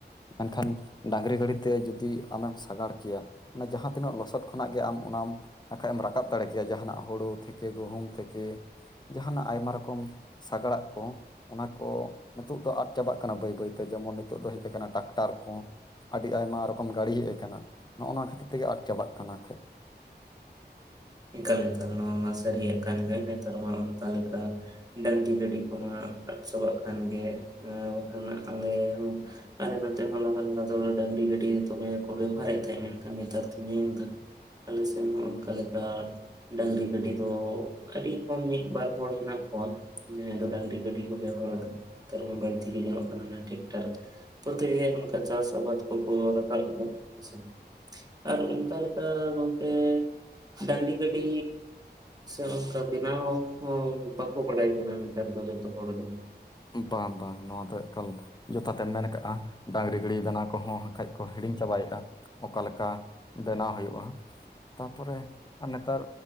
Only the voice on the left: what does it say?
ᱮᱱᱠᱷᱟᱱ ᱰᱟᱹᱝᱨᱤ ᱜᱟᱹᱰᱤ ᱛᱮ ᱡᱩᱫᱤ ᱟᱢᱮᱢ ᱥᱟᱜᱟᱲ ᱠᱮᱭᱟ ᱚᱱᱮ ᱡᱟᱦᱟᱸ ᱛᱤᱱᱟᱹᱜ ᱞᱚᱥᱚᱫ ᱠᱷᱚᱱᱟᱜ ᱜᱮ ᱟᱢ ᱚᱱᱟᱢ ᱱᱟᱜ ᱠᱷᱟᱡ ᱮᱢ ᱨᱟᱠᱟᱵ ᱫᱟᱲᱮ ᱠᱮᱭᱟ ᱡᱟᱦᱟᱱᱟᱜ ᱦᱩᱲᱩ ᱛᱷᱮᱠᱮ ᱜᱩᱦᱩᱢ ᱛᱷᱮᱠᱮ ᱡᱟᱦᱟᱱᱟᱜ ᱟᱭᱢᱟ ᱨᱚᱠᱚᱢ ᱥᱟᱜᱟᱲᱟᱜ ᱠᱚ ᱚᱱᱟ ᱠᱚ ᱱᱤᱛᱳᱜ ᱫᱚ ᱟᱫ ᱪᱟᱵᱟᱜ ᱠᱟᱱᱟ ᱵᱟᱹᱭ ᱵᱟᱹᱭᱛᱮ ᱡᱮᱢᱚᱱ ᱱᱤᱛᱳᱜ ᱫᱚ ᱦᱮᱡ ᱟᱠᱟᱱᱟ ᱴᱨᱟᱠᱴᱟᱨ ᱠᱚ, ᱟᱹᱰᱤ ᱟᱭᱢᱟ ᱨᱚᱠᱚᱢ ᱜᱟᱹᱲᱤ ᱦᱮᱡ ᱟᱠᱟᱱᱟ ᱱᱚᱜ-ᱚ ᱱᱟ ᱠᱷᱟᱹᱛᱤᱨ ᱛᱮᱜᱮ ᱟᱫ ᱪᱟᱵᱟᱜ ᱠᱟᱱᱟ ᱠᱷᱟᱡ᱾
ᱵᱟ ᱵᱟᱝ ᱱᱚᱣᱟ ᱫᱚ ᱮᱠᱟᱞ ᱡᱚᱛᱟᱛᱮᱢ ᱢᱮᱱ ᱠᱟᱜ-ᱟ ᱰᱟᱝᱨᱤ ᱜᱟᱹᱲᱤ ᱵᱮᱱᱟᱣ ᱠᱚᱦᱚᱸ ᱱᱟᱠᱷᱟᱡ ᱠᱚ ᱦᱤᱲᱤᱧ ᱪᱟᱵᱟᱭᱮᱜ-ᱟ᱾ ᱚᱠᱟ ᱞᱮᱠᱟ ᱵᱮᱱᱟᱣ ᱦᱩᱭᱩᱜ-ᱟ᱾ ᱛᱟᱯᱚᱨᱮ ᱟᱨ ᱱᱮᱛᱟᱨ